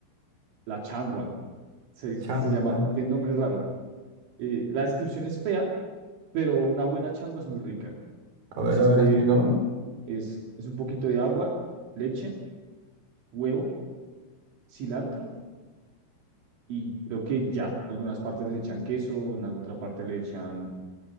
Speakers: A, on the right; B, on the right.
A: la changua, se, se
B: Changua.
A: llama, tiene nombre raro. Eh, la descripción es fea, pero una buena changua es muy rica.
B: A
A: Consiste
B: ver, a ver, explícame.
A: en, es, es un poquito de agua, leche, huevo cilantro y creo que ya. Algunas partes le echan queso, en alguna otra parte le echan